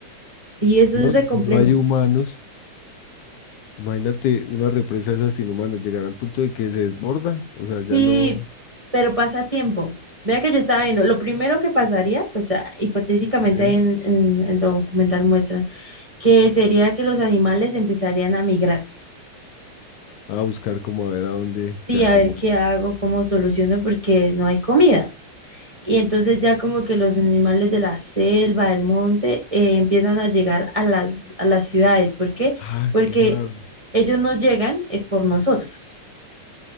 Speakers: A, on the right (about 20°); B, on the left (about 85°).
A: sí, eso
B: No,
A: es re
B: y
A: complejo.
B: si no hay humanos, imagínate una represa de esas sin humanos, llegar al punto de que se desborda, o sea,
A: Sí,
B: ya no,
A: pero pasa a tiempo. Vea que yo estaba viendo, lo primero que pasaría, pues ah, hipotéticamente
B: ¿sí?
A: ahí en, en el documental muestran, que sería que los animales empezarían a migrar.
B: A buscar como a ver a dónde se
A: Sí,
B: acomoda.
A: a ver qué hago, cómo soluciono, porque no hay comida. Y entonces ya como que los animales de la selva, del monte, eh, empiezan a llegar a las, a las ciudades. ¿Por qué?
B: Ah,
A: Porque
B: claro.
A: ellos no llegan, es por nosotros.